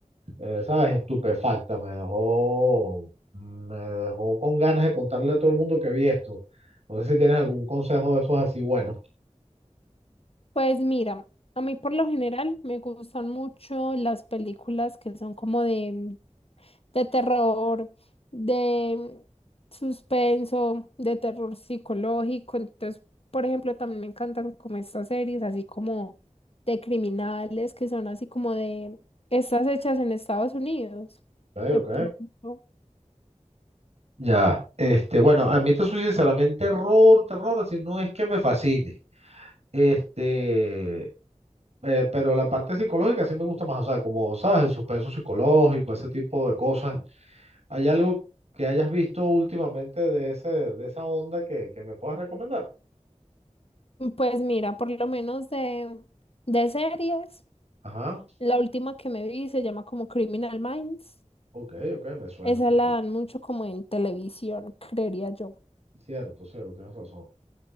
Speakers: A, on the right; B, on the left.
A: eh, ¿sabes? Estupefacta, me dejó, me dejó con ganas de contarle a todo el mundo que vi esto. No sé si tienes algún consejo de esos así bueno.
B: Pues mira, a mí por lo general me gustan mucho las películas que son como de, de terror, de suspenso, de terror psicológico. Entonces, por ejemplo, también me encantan como estas series, así como de criminales, que son así como de estas hechas en Estados Unidos.
A: Ok,
B: De
A: ok.
B: pronto.
A: Ya, este, bueno, a mí te soy sincero, a mí el terror, terror, así no es que me fascine, este, eh, pero la parte psicológica sí me gusta más, o sea, como sabes, el suspenso psicológico, ese tipo de cosas. ¿Hay algo que hayas visto últimamente de ese, de esa onda que, que me puedas recomendar?
B: Pues mira, por lo menos de, de series,
A: Ajá,
B: la última que me vi se llama como Criminal Minds.
A: ok, ok, me suena
B: Esa
A: un poquito.
B: la dan mucho como en televisión, creería yo.
A: Cierto, cierto, tienes razón.